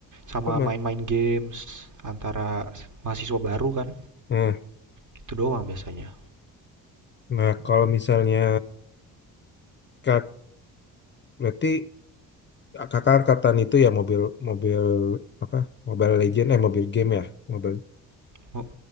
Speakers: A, on the right; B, on the left.
A: Sama
B: Kok mas-
A: main-main games antara mahasiswa baru kan.
B: nah
A: Itu doang biasanya.
B: nah kalau misalnya kak berarti kakak angkatan itu ya mobil mobil apa Mobile Legend eh mobil game ya mobil
A: Mo-